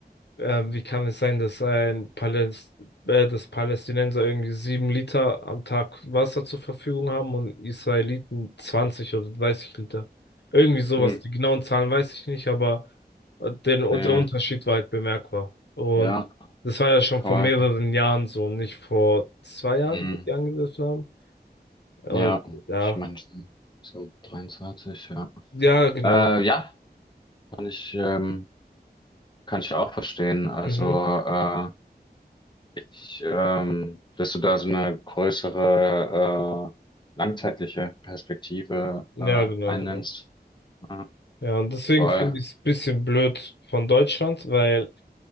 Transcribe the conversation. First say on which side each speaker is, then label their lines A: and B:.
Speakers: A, on the left (about 85°); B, on the left (about 25°).
A: Ähm, wie kann es sein, dass ein Paläst äh, dass Palästinenser irgendwie sieben Liter am Tag Wasser zur Verfügung haben und Israeliten 20 oder 30 Liter? Irgendwie sowas.
B: hm,
A: Die genauen Zahlen weiß ich nicht, aber äh, den,
B: äh,
A: der Unterschied war halt bemerkbar. Und
B: ja,
A: das war ja schon
B: voll.
A: vor mehreren Jahren so, nicht vor zwei Jahren,
B: Hm,
A: wo die angegriffen haben. Und
B: ja,
A: ja,
B: ich meine, so 23, ja.
A: ja, genau.
B: Äh, ja, kann ich, ähm, kann ich auch verstehen. Also,
A: Mhm.
B: äh, ich, ähm, dass du da so eine größere, äh, langzeitliche Perspektive,
A: Ja,
B: äh,
A: genau,
B: einnimmst.
A: genau.
B: äh,
A: Ja, und deswegen
B: Voll.
A: finde ich es ein bisschen blöd von Deutschland, weil